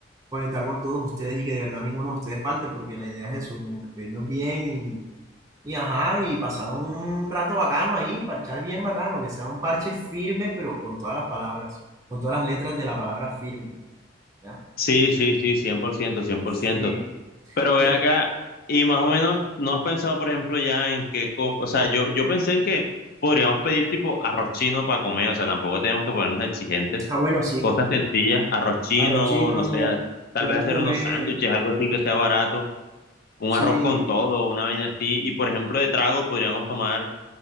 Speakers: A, on the right (about 15°); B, on the left (about 50°).
A: conectar con todos ustedes y que de verdad ninguno de ustedes falte, porque la idea es eso, como despedirnos bien Y ajá, y pasar un rato bacano ahí, parchar bien bacano, que sea un parche firme, pero con todas las palabras, con todas las letras de la palabra firme, ¿ya?
B: Sí, sí, sí, cien cien por ciento cien por
A: Sí,
B: ciento Pero ven
A: yo,
B: acá, y más o menos, ¿no has pensado, por ejemplo, ya en qué, co- o sea, yo, yo pensé en que podríamos pedir tipo arroz chino para comer, o sea, tampoco tenemos que ponernos exigentes,
A: ah, bueno, sí,
B: cosas sencillas, arroz chino,
A: arroz chino,
B: no sé, a- tal
A: podemos
B: vez hacer
A: comer,
B: unos sándwiches, algo así que sea barato, un
A: sí,
B: arroz con todo, una vaina así, y por ejemplo, de trago podríamos tomar